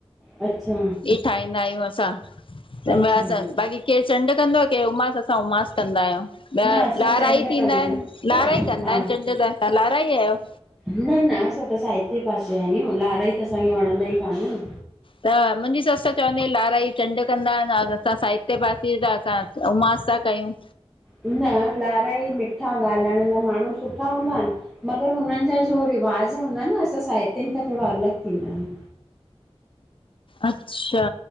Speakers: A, in the centre; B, on the left (about 55°).
A: अच्छा।
B: ई ठाहींदा आहियूं, असां तंहिंमां
A: अच्छा
B: असां बाक़ी केर चंड कंदो आ, केर उमास असां उमास कंदा आहियूं। न
A: असां
B: लाराई
A: चंड
B: थींदा
A: कंदा आहियूं
B: आहिनि लाराई कंदा
A: हा
B: आहिनि चंड त, तां लाराई आयो?
A: न -न, असां त साइते पासे आयूं, लाराई त असांखे वणंदा ई कानन।
B: त मुंहिंजी ससु त चवंदी आ, लाराई चंड कंदा आहिनि, असां साइते पासे जा असां त उमास ता कयूं।
A: न लाराई मिठा ॻाल्हाइण जा माण्हू सुठा हूंदाइन, मगर हुननि जा जो रिवाज हूंदाइन असां साहित्युनि खां थोड़ा अलॻि थींदा आहिनि।
B: अच्छा।